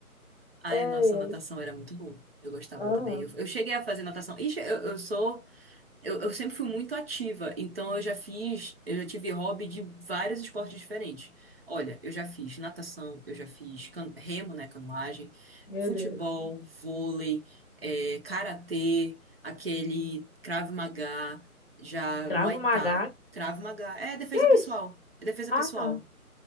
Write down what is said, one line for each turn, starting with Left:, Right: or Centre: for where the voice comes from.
Right: Ai,
Left: <laughs> Ai,
Right: nossa, natação
Left: ai.
Right: era muito bom. Eu gostava
Left: Aham,
Right: também. Eu, eu cheguei a fazer natação. Ixi, eu, eu sou Eu, eu sempre fui muito ativa, então eu já fiz, eu já tive hobby de vários esportes diferentes. Olha, eu já fiz natação, eu já fiz can- remo, né, canoagem,
Left: meu
Right: futebol,
Left: Deus.
Right: vôlei, eh, karatê, aquele Krav Maga, já
Left: Cravo
Right: Muay
Left: Maga.
Right: Thai, Krav Maga, é defesa
Left: Que é
Right: pessoal,
Left: isso?
Right: é defesa
Left: Ah,
Right: pessoal,
Left: tá.